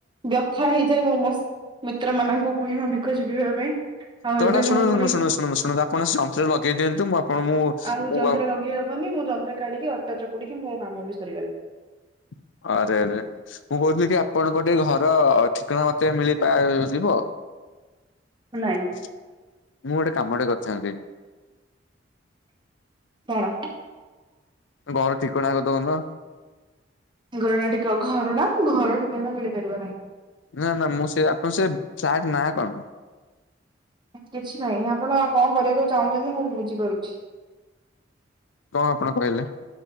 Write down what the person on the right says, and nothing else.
ବ୍ୟଥା ହେଇଯାଏ ମୁଁ ମୋ ମିତ୍ର ମାନଙ୍କୁ କୁହେ ମ ବେକ ଚିପିବା ପାଇଁ ଆଉ
ଏବେ
ମୁଁ
ପୁଣି
ଆଉ ଯନ୍ତ୍ର
ଲଗେଇ ହବନି ମୁଁ ଯନ୍ତ୍ର କାଢିକି ଅଟା ଚକୁଡିକି ମୋ କାମ ବି ସରିଗଲା।
ନାଇଁ
କଣ
ଘରଣା ଠିକ ଘରଣା ଘର ଠିକଣା ମିଳିପାରିବ ନାହିଁ।
କିଛି ନାହିଁ ଆପଣ କଣ କରିବାକୁ ଚାହୁଁଚନ୍ତି ମୁଁ ବୁଝିପାରୁଚି।